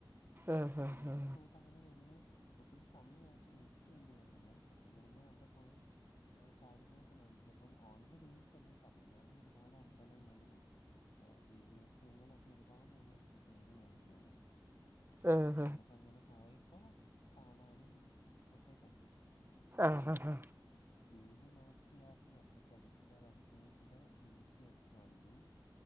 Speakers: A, on the right; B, on the left.
A: ആ ഹാ
B: പിന്നെ
A: ഹാ
B: അവിടെ പോയിട്ട് അങ്ങനെ വലിയ. ഒത്തിരി സമയം ഞങ്ങൾക്ക് വേസ്റ്റ് ചെയ്യേണ്ടി വന്നില്ല പെട്ടെന്ന് തന്നെ അവിടെ പോയി. ആ കാര്യങ്ങളൊക്കെ നടത്തി അപ്പം ഓൺ ദ വേയിൽ തന്നെ തമിഴ്നാട് ഒരുപാട് അമ്പലങ്ങളും. ആ ഈ മ്യൂസിയങ്ങളൊക്കെ ഒരുപാടുള്ള. ഏരിയാണല്ലോ നീ
A: ആ
B: അപ്പൊ
A: ഹാ
B: നമുക്ക് അങ്ങനെ പോയപ്പോ. കാണാനും ഒക്കെ പറ്റി ഒരു.
A: ആഹ് ആഹ്
B: വേലുനാച്ചിയാർന്ന് പറഞ്ഞ ചരിത്ര വനിതയുടെ മ്യൂസിയം ഒക്കെ കണ്ടു.